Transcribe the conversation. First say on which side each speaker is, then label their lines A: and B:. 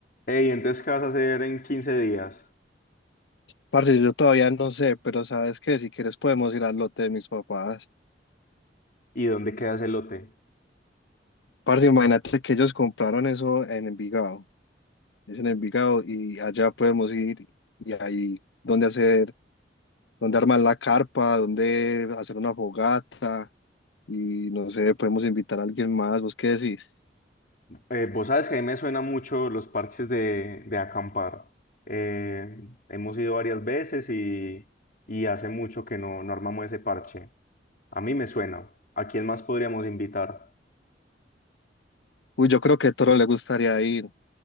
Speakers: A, on the left (about 55°); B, on the left (about 85°).
A: Ey, entonces, ¿qué vas a hacer en 15 días?
B: Parce, yo todavía no sé, pero sabes que si quieres podemos ir al lote de mis papás.
A: ¿Y dónde queda el lote?
B: Parce, imagínate que ellos compraron eso en Envigado. Es en Envigado y allá podemos ir y ahí donde hacer, donde armar la carpa, donde hacer una fogata y no sé, podemos invitar a alguien más. ¿Vos qué decís?
A: Eh, vos sabes que a mí me suena mucho los parches de, de acampar. Eh, hemos ido varias veces y, y hace mucho que no, no armamos ese parche. A mí me suena. ¿A quién más podríamos invitar?
B: Uy, yo creo que a Toro le gustaría ir,